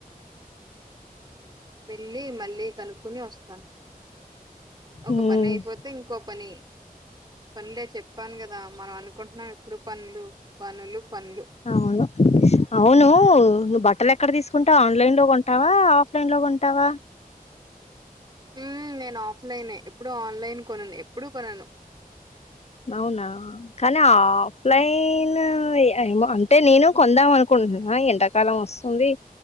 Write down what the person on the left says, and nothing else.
అవును
అవును అవును నువ్వు బట్టలు ఎక్కడ తీసు కుంటా ఆన్లైన్ లో కొంటావా ఆఫ్లైన్ లో కొంటావా
అవునా కానీ ఆఫ్ లైన్ అత్తది ఏమో అంటే నేను కొందాం అనుకుంటున్నా ఎండకాలం వస్తుంది